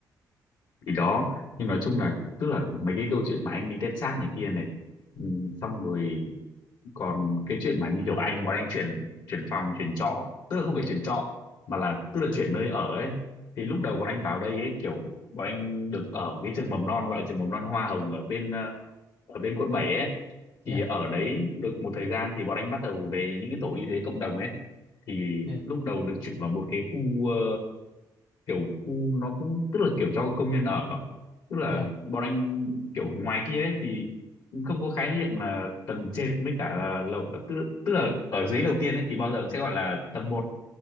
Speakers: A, on the left (about 60°); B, on the left (about 45°).
A: Thì đó, nhưng nói chung là tức là mấy cái câu chuyện mà anh đi tép xác này kia này, ừ, xong rồi còn cái chuyện mà như kiểu anh bọn anh chuyển chuyển phòng chuyển trọ tức là không phải chuyển trọ mà là tức là chuyển nơi ở ấy thì lúc đầu bọn anh vào đây ấy kiểu bọn anh được ở cái trường mầm non gọi là trường mầm non Hoa Hồng ở bên ờ, ở bên quận 7 ấy
B: Dạ,
A: thì ở đấy được một thời gian thì bọn anh bắt đầu về những cái tổ y tế cộng đồng ấy thì
B: dạ,
A: lúc đầu được chuyển vào một cái khu ờ, kiểu khu nó cũng tức là kiểu cho công nhân ở tức là
B: dạ,
A: bọn anh kiểu ngoài kia ấy thì không có khái niệm là tầng trệt với cả là lầu tức, tức là ở dưới đầu tiên ấy thì bao giờ cũng sẽ gọi là tầng một